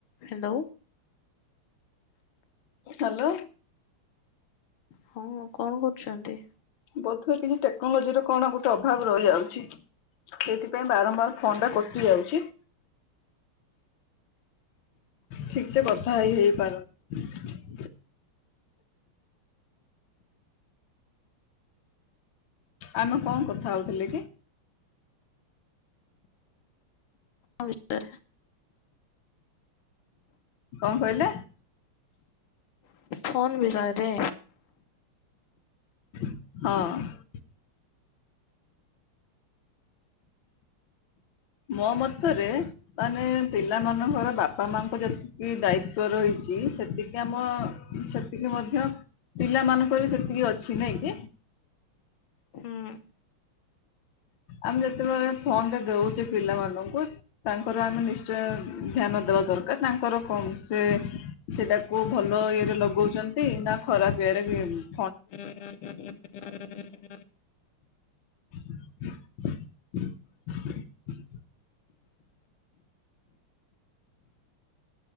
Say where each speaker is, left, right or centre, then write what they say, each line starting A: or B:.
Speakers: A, on the left; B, on the left.
A: Hello.
B: Hello.
A: ହଁ କଣ କରୁଛନ୍ତି?
B: ବୋଧ ହୁଏ କିଛି ଟେକ୍ନୋଲୋଜି ର କଣ ଗୋଟେ ଅଭାବ ରହିଯାଉଛି। ସେଇଥିପାଇଁ ବାରମ୍ବାର ଫୋନ୍ ଟା କଟି ଯାଉଛି। ଠିକ୍ ସେ କଥା ହେଇ ହେଇପାରୁନି। ହ <unintelligible> ଆମେ କଣ କଥା ହଉଥିଲେ କି?
A: ବିଷୟରେ
B: କଣ କହିଲେ?
A: ଫୋନ୍ ବିଷୟ ରେ
B: ହଁ। ମୋ ମତରେ ମାନେ ପିଲା ମାନଙ୍କର ବାପା ମାଙ୍କ ଯେତିକି ଦାୟିତ୍ବ ରହିଛି ସେତିକି ଆମ, ସେ ସେତିକି ମଧ୍ୟ ପିଲା ମାନଙ୍କର ବି ସେତିକି ଅଛି ନାଇଁ କି?
A: ହୁଁ।
B: ଆମେ ଯେତେବେଳେ ଫୋନ ଟେ ଦଉଛେ ପିଲାମାନଙ୍କୁ ତାଙ୍କର ଆମେ ନିଶ୍ଚୟ ଧ୍ୟାନ ଦେବା ଦରକାର ତାଙ୍କର କଁ ସେ ସେତାକୁ ଭଲ ଇଏରେ ଲଗଉଚନ୍ତି ନା ଖରାପ୍ ଇଏରେ ଉ
A: <inaudible>
B: <inaudible>